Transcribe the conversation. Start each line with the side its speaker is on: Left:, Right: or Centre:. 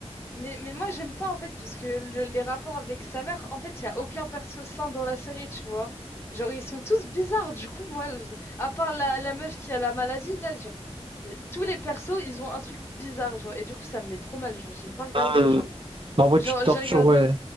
Left: Mais, mais moi, j'aime pas, en fait, parce que le- les rapports avec sa mère, en fait, il n'y a aucun perso sain dans la série, tu vois. Genre, ils sont tous bizarres, du coup, moi, je- à part la, la meuf qui a la maladie, là, genre, c'est- tous les persos, ils ont un truc bizarre, genre, et du coup, ça me met trop mal, genre, j'aime pas regarder,
Right: Euh,
Left: genre.
Right: mais en vrai,
Left: Genre,
Right: tu te tortures,
Left: j'ai regardé,
Right: ouais.